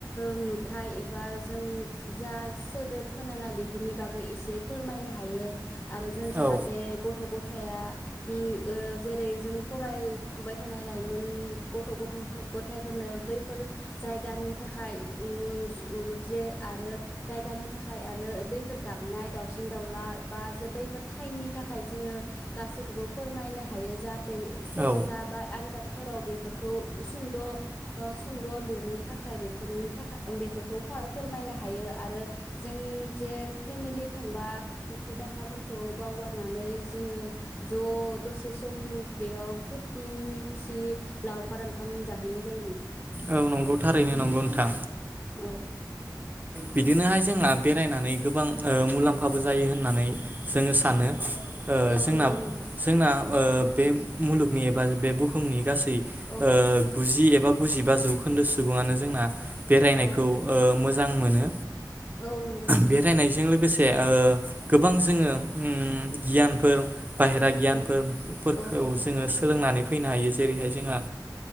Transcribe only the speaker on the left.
नुथाय एबा जों जा सोदोब खोनानाय बेफोरनि बागै एसे फोरमायनो हायो। आरो जों जाहाथे
गथ' ग थाया ओम ओ जेरै जों फरायफुबाय थानाय लाइमोन गथ' गथ' गथायफोरनो बैफोर जायगानि थाखाय उम जे आरो जायगानि थाखाय आरो बैफोर गाबनाय दाावसिन दाउला बा बैफोर थाइनि थाखाय जोङो गासैखौबो फोरमायनो हायो जा ओ परिखा
बा आनजाद फोराव बेफोरखौ सुंद' ओ सुंद' लिरनो थाखाय बेफोरनि थाखाय बेफोरखौ फोरमायनो हायो आरो जों जे फेमिलि थांबा दुखु दाहा फोरखौ बावगारनानै जोङो ज' दसे सम बेयाव फुरथि मिनि खुसि लावखार ओंखाम जाहैनाय जायो नोंथां।
औ
औ
नंगौ नोंथां
औ
औ
औ नंगौ नोंथां।
औ औ औ